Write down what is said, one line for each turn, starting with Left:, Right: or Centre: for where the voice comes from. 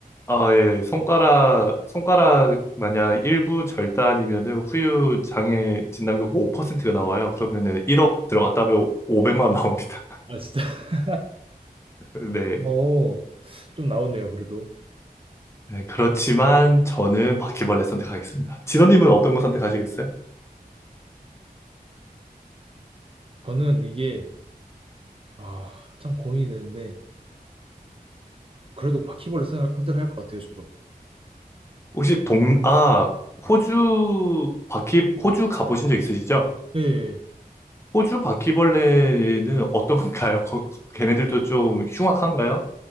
Left: 아, 예. 손가락, 손가락 만약 일부 절단이면은 후유 장애 진단금 5%가 나와요. 그러면은 1억 들어갔다 하면 500만 원 나옵니다.
Right: 아, 진짜. <laughs>
Left: <laughs> 네.
Right: 어, 좀 나오네요, 그래도.
Left: 네, 그렇지만 저는 바퀴벌레 선택하겠습니다. 진호님은 어떤 거 선택하시겠어요?
Right: 저는 이게, 아, 참 고민이 되는데, 그래도 바퀴벌레 선택- 선택할 것 같아요, 저도.
Left: 혹시 동, 아, 호주 바퀴, 호주 가보신 적 있으시죠?
Right: 예. 예.
Left: 호주 바퀴벌레는 어떤가요? 거- 걔네들도 좀 흉악한가요?